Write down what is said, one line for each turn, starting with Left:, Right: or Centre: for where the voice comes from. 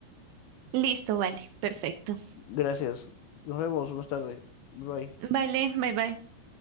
Right: Listo, vale, perfecto.
Left: Gracias. Nos vemos más tarde. Bye.
Right: Vale, bye bye.